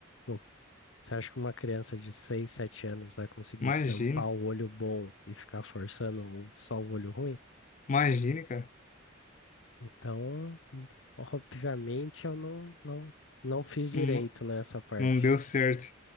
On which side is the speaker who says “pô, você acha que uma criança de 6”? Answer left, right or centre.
Left